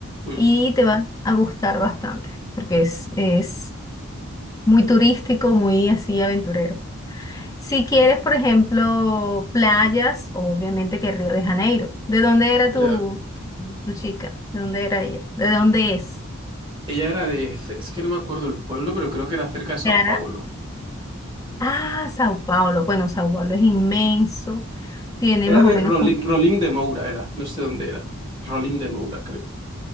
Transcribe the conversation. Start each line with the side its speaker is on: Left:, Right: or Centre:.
Right: Mm,
Left: y te va a gustar bastante, porque es, es muy turístico, muy así aventurero. Si quieres, por ejemplo, playas, obviamente que Río de Janeiro. ¿De dónde era tu,
Right: ya.
Left: tu chica? ¿De dónde era ella? ¿De dónde es?
Right: Ella era de, C- es que no me acuerdo el pueblo, pero creo que era cerca de Sao
Left: Cara.
Right: Paulo.
Left: Ah, Sao Paulo. Bueno, Sao Paulo es inmenso. Tiene
Right: Era
Left: más
Right: de
Left: o menos
Right: Rolim,
Left: como...
Right: Rolim de Moura, era. No sé dónde era. Rolim de Moura, creo.